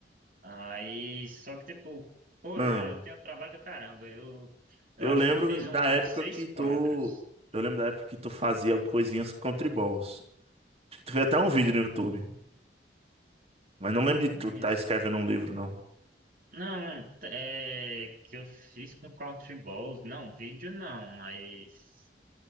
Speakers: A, on the right (about 50°); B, on the right (about 35°).
A: Aí, só que, tipo, pô,
B: não.
A: eu eu tenho trabalho do caramba. Eu, eu
B: Eu
A: acho
B: lembro
A: que eu fiz um-
B: da época
A: uns seis
B: que
A: quadros,
B: tu. Eu lembro da época que tu fazia coisinhas com tribols. Acho que tu fez até
A: co-
B: um vídeo no YouTube. Mas não
A: coisinhas.
B: lembro de tu tá escrevendo um livro, não.
A: Não, t- é que eu fiz com Countryballs. Não, vídeo não, mas